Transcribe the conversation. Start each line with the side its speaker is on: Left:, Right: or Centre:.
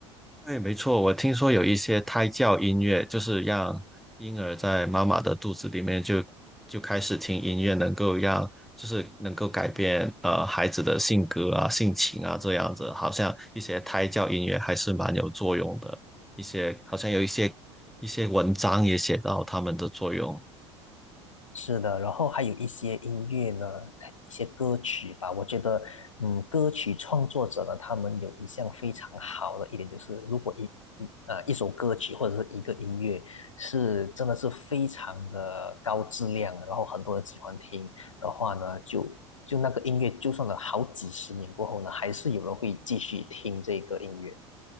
Centre: 对，没错，我听说有一些胎教音乐，就是让婴儿在妈妈的肚子里面就就开始听音乐，能够让就是能够改变呃孩子的性格啊、性情啊这样子，好像一些胎教音乐还是蛮有作用的。一些好像有一些一些文章也写到他们的作用。
Left: 是的，然后还有一些音乐呢，它一些歌曲吧，我觉得，嗯，歌曲创作者呢，他们有一项非常好的一点，就是如果一一呃一首歌曲或者是一个音乐是真的是非常的高质量，然后很多人喜欢听的话呢，就就那个音乐，就算了好几十年过后呢，还是有人会继续听这个音乐。